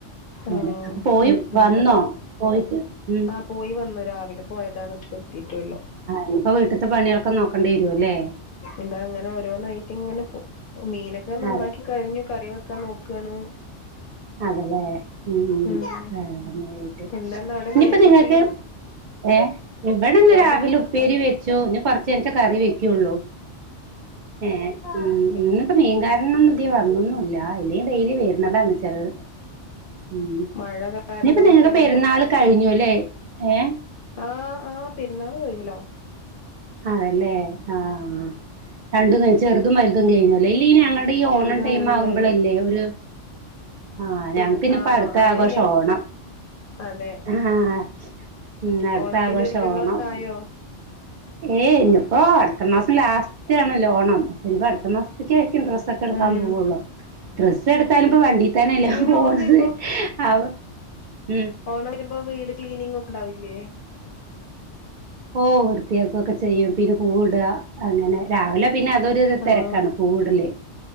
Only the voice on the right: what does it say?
അങ്ങനെ
അപ്പൊ പോയി വന്നോ
പോയിട്ട് ഉം
ഇനിപ്പൊ വീട്ടത്തെ പണിയൊക്കെ നോക്കേണ്ടി വരു അല്ലേ
അതെ
അതല്ലേ മ്മ്
അങ്ങനെ ആയിട്ട്
ഇനിയിപ്പോ
നിങ്ങക്ക്
ഏഹ് ഇവിടെ ഇന്ന്
രാവിലെ ഉപ്പേരി വെച്ചു ഇനി കൊറച്ച് കഴിഞ്ഞിട്ടേ കറി വെക്കുള്ളൂ ഏഹ്
മ്മ് ഇന്ന് ഇപ്പ മീൻകാരനൊന്നും ഇതി വന്നൊന്നുംല്ല ഇല്ലെങ്കി ഡെയിലി വരുന്നതാ ചെലത് മ്മ്
ഇനിയിപ്പ നിങ്ങക്ക്
പെരുന്നാൾ കഴിഞ്ഞുല്ലേ ഏഹ്
അതല്ലേ ആഹ് ആഹ് രണ്ടും കഴിഞ്ഞ് ചെറുതും വലുതും കഴിഞ്ഞല്ലേ ഇല്ല ഇനി അങ്ങ ഈ
ഓണം ടൈം
ആകുമ്പോളല്ലേ
ഒരു ആഹ് ഞങ്ങക്ക്
ഇനിപ്പോ
അടുത്ത
ആഘോസം ഓണം
ആഹ് മ്മ് അടുത്ത
ആഘോഷ
ഓണം
ഏയ് ഇന്നപ്പോ അടുത്ത മാസം ലാസ്റ്റ് ആണ്ലെ ഓണം ഇനിപ്പ അടു അത്ര മാസത്തക്ക ആയിരിക്കും ഡ്രസ്സ ഒക്കെ എടുക്കാൻ
പോവുള്ളൂ ഡ്രസ്സ് എടുത്താലും ഇപ്പ വണ്ടിത്തന്നെ എല്ലാം
പോണത്
ആഹ് മ്മ്
ഓ വൃത്തിയാക്കുകൊക്കെ ചെയ്യും പിന്നെ പൂടുക അങ്ങനെ രാവിലെ പിന്നെ അതൊരു തെരക്കാണ്
പൂവ്ടല്